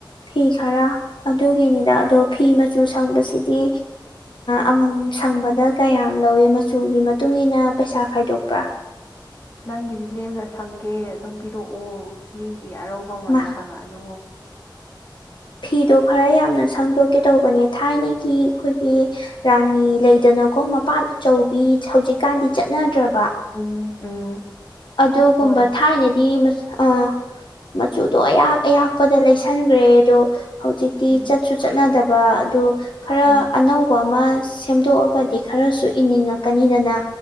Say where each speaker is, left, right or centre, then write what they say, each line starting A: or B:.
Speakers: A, on the left; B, on the left.
A: ꯐꯤ ꯈꯔ ꯑꯗꯨꯒꯤꯅꯤꯗ ꯑꯗꯣ ꯐꯤ ꯃꯆꯨ ꯁꯪꯕꯁꯤꯗꯤ ꯑꯃꯃꯝ ꯁꯪꯕꯗ ꯀꯌꯥꯝ ꯂꯧꯋꯦ ꯃꯆꯨꯒꯤ ꯃꯇꯨꯡ ꯏꯟꯅ ꯄꯩꯁꯥ ꯈꯥꯏꯗꯣꯛꯄ꯭ꯔꯥ
B: ꯅꯪꯒꯤꯗꯤ ꯂꯦꯝꯅ ꯁꯪꯒꯦ ꯑꯗꯨꯝ ꯄꯤꯔꯛꯑꯣ ꯃꯤꯒꯤ ꯑꯔꯧꯕ ꯃꯃꯜꯒ
A: ꯃꯥ
B: ꯍꯪꯉꯛꯑꯅꯨ
A: ꯐꯤꯗꯣ ꯈꯔ ꯌꯥꯝꯅ ꯁꯪꯗꯣꯛꯀꯦ ꯇꯧꯕꯅꯦ ꯊꯥꯏꯅꯒꯤ ꯑꯩꯈꯣꯏꯒꯤ ꯔꯥꯅꯤ ꯂꯩꯗꯅꯀꯣ ꯃꯄꯥꯟ ꯑꯆꯧꯕꯤ ꯍꯧꯖꯤꯛꯀꯥꯟꯗꯤ ꯆꯠꯅꯗ꯭ꯔꯕ
B: ꯎꯝ ꯎꯝ
A: ꯑꯗꯨꯒꯨꯝꯕ
B: ꯍꯣꯏ
A: ꯊꯥꯏꯅꯗꯤ ꯑꯥ ꯃꯆꯨꯗꯣ ꯑꯌꯥꯛ ꯑꯌꯥꯛꯄꯗ ꯂꯩꯁꯟꯈ꯭ꯔꯦ ꯑꯗꯣ ꯍꯧꯖꯤꯛꯇꯤ
B: ꯎꯝ
A: ꯆꯠ ꯁꯨ ꯆꯠꯅꯗꯕ ꯑꯗꯨ ꯈꯔ
B: ꯎꯝ
A: ꯑꯅꯧꯕ ꯑꯃ ꯁꯦꯝꯗꯣꯛꯑꯒꯗꯤ ꯈꯔꯁꯨ ꯏꯅꯤꯡꯉꯛꯀꯅꯤꯗꯅ